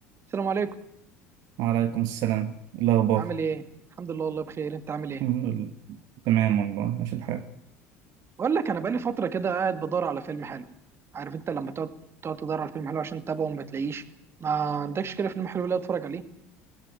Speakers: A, on the right; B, on the right.
A: السلام عليكم
B: وعليكم السلام إيه الأخبار
A: عامل ايه الحمد لله والله بخير انت عامل ايه
B: الحمد لله تمام والله ماشي الحال
A: بقول لك انا بقالي فتره كده قاعد بدور على فيلم حلو عارف انت لما تقعد تقعد تدور على فيلم حلو عشان تتابعه وما بتلاقيش ما عندكش كده فيلم حلو لا اتفرج عليه